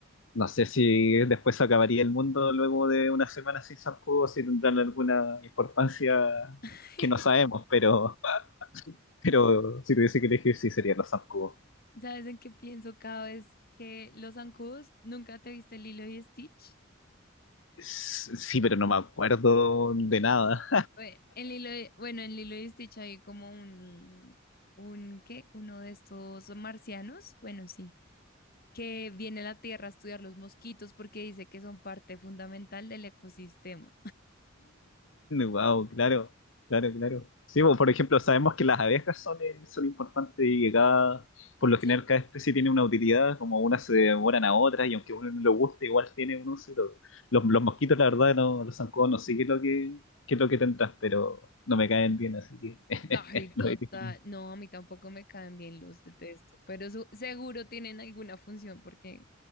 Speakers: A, on the left; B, on the left.
A: no sé si después acabaría el mundo luego de una semana sin zancudos, si tendrán alguna importancia
B: <laughs>
A: que no sabemos, pero, <laughs> pero si tuviese que elegir, sí serían los zancudos.
B: ¿Sabes en qué pienso cada vez que los zancudos? ¿Nunca te viste Lilo y Stitch?
A: S- Sí, pero no me acuerdo de nada.
B: Bue- En Lilo y- bueno, en Lilo y Stitch hay como un, un, ¿qué? Uno de estos marcianos, bueno, sí, que viene a la Tierra a estudiar los mosquitos porque dice que son parte fundamental del ecosistema.
A: wow, claro, claro, claro. Sí, pues, por ejemplo, sabemos que las abejas son, eh, son importantes y que cada, por lo
B: Sí.
A: general, cada especie tiene una utilidad, como unas se devoran a otras, y aunque uno no lo guste, igual tiene un uso. y todo. Los, los mosquitos, la verdad, no, los zancudos, no sé qué es lo que, qué es lo que tendrás, pero no me caen bien, así que <laughs>
B: Ay, total.
A: lo dije.
B: No, a mí tampoco me caen bien, los detesto, pero su- seguro tienen alguna función porque